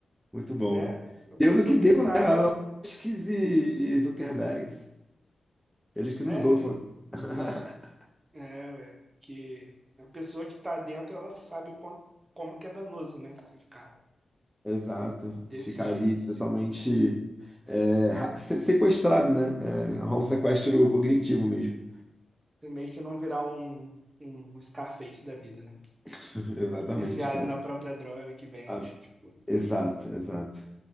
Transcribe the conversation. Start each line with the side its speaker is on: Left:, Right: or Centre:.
Centre: Muito
Right: né?
Centre: bom.
Right: A
Centre: Deu
Right: pessoa
Centre: no que deu,
Right: que sabe,
Centre: né? Elon Musk e, e Zuckerberg. Eles que
Right: né?
Centre: nos ouçam
Right: ele-
Centre: aqui. <laughs>
Right: É, ué, que a pessoa que tá dentro, ela sabe como, como que é danoso, né? Você ficar
Centre: Exato.
Right: desse
Centre: Ficar
Right: jeito,
Centre: ali totalmente
Right: assim.
Centre: é, ra- se- sequestrado, né? É, rola um sequestro cognitivo mesmo.
Right: Também que não virar um, um Scarface da vida, né?
Centre: <laughs> Exatamente,
Right: Viciado
Centre: cara.
Right: na própria droga que vende.
Centre: Ah,
Right: Tipo,
Centre: exato, exato.